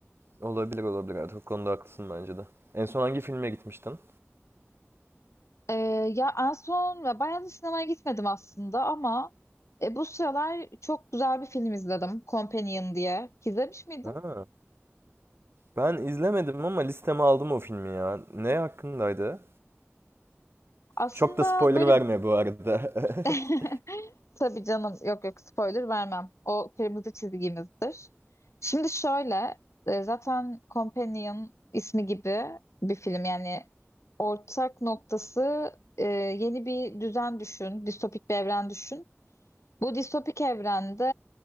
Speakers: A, on the right; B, on the left.
A: Olabilir olabilir. Evet, o konuda haklısın bence de. En son hangi filme gitmiştin?
B: E, ya en son ve bayağı da sinemaya gitmedim aslında ama e, bu sıralar çok güzel bir film izledim. Companion diye. İzlemiş miydin?
A: Ha, ben izlemedim ama listeme aldım o filmi ya. Ne hakkındaydı?
B: Aslında
A: Çok da spoiler
B: böyle
A: verme bu arada.
B: <laughs>
A: <laughs>
B: Tabii canım yok yok spoiler vermem. O kırmızı çizgimizdir. Şimdi şöyle e, zaten Companion ismi gibi bir film yani ortak noktası e, yeni bir düzen düşün, distopik bir evren düşün. Bu distopik evrende